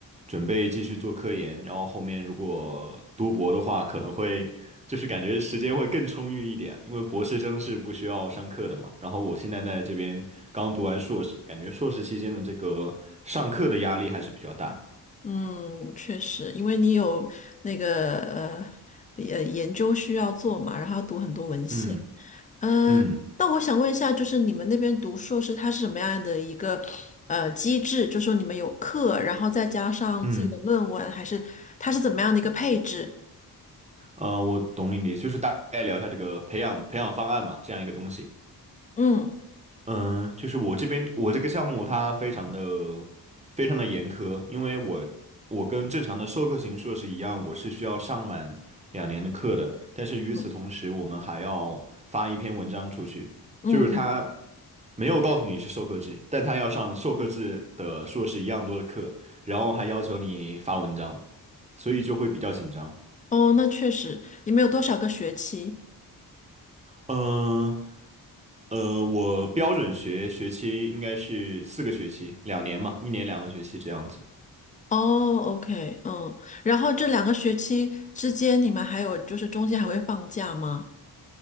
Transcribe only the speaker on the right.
准备继续做科研，然后后面如果读博的话，可能会就是感觉时间会更充裕一点，因为博士生是不需要上课的嘛。然后我现在在这边刚读完硕士，感觉硕士期间的这个上课的压力还是比较大。
嗯
嗯
嗯，
呃，我懂你的意思，就是大概聊一下这个培养培养方案嘛，这样一个东西。
嗯，就是我这边我这个项目它非常的非常的严苛，因为我我跟正常的授课型硕士一样，我是需要上满两年的课的，但是与此同时，
我们还要发一篇文章出去，
就是他没有告诉你是授课制，但他要上授课制的硕士一样多的课，然后还要求你发文章，所以就会比较紧张。
嗯，呃，我标准学学期应该是四个学期，两年嘛，一年两个学期这样子。